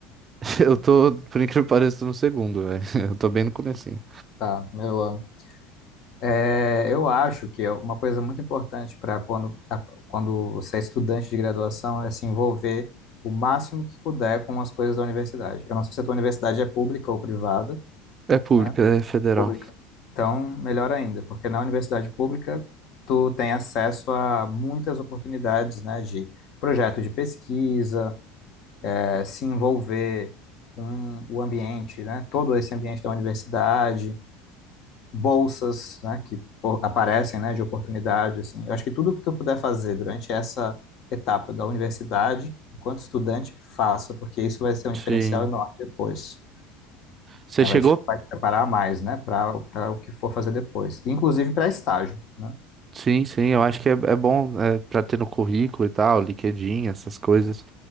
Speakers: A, on the right; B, on the left.
A: <laughs> Eu tô, por incrível que pareça, tô no segundo, velho. <laughs> Eu tô bem no comecinho.
B: Tá, meu ano. É, eu acho que é uma coisa muito importante para quando, a- quando você é estudante de graduação é se envolver o máximo que puder com as coisas da universidade. Eu não sei se a tua universidade é pública ou privada,
A: É pública,
B: né?
A: é federal.
B: pública. Então, melhor ainda, porque na universidade pública tu tem acesso a muitas oportunidades, né, de projeto de pesquisa, eh, se envolver com o ambiente, né, todo esse ambiente da universidade, bolsas, né, que o- aparecem, né, de oportunidade, assim. Eu acho que tudo que tu puder fazer durante essa etapa da universidade, enquanto estudante, faça, porque isso vai ser um
A: Sim.
B: diferencial enorme depois
A: Você
B: né?
A: chegou
B: Vai te, vai te preparar mais, né? Para para o que for fazer depois. Inclusive para estágio, né?
A: Sim, sim, eu acho que é, é bom é, para ter no currículo e tal, LinkedIn, essas coisas.